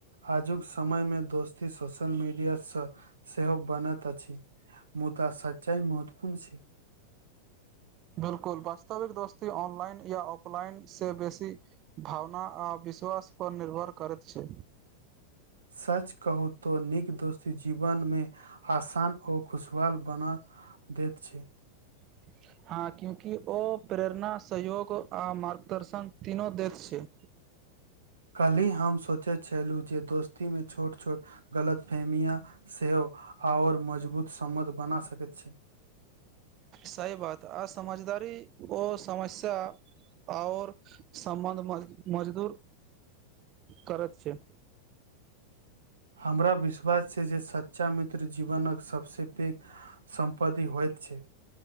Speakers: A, on the right; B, on the right.
A: आजुक समयमे दोस्ती सोशल मीडियासँ सेहो बनैत अछि। मुदा सच्चाइ महत्वपूर्ण छै
B: बिल्कूल वास्तविक दोस्ती ऑनलाइन या ऑफलाइन से बेसी भावना आ विश्वास पर निर्भर करैत छै
A: सच कहू तो नीक दोस्ती जीवन मे आसान ओ खुशहाल बना दैत छै
B: <unintelligible> हँ कियोकि ओ प्रेरणा सहयोग आ मार्गदर्शन तीनो देत छै
A: कल्हि हम सोचैत छलहुँ जे दोस्तीमे छोट छोट गलत फहमिया सेहो आओर मजबूत सम्बध बना सकैत छै
B: सही बात अ समझदारी ओ समस्या आओर समबन्ध मजबुत करैत छै
A: हमरा विश्वास से जे सच्चा मित्र जीवनक सबसँ पैघ सम्पत्ति होइत छै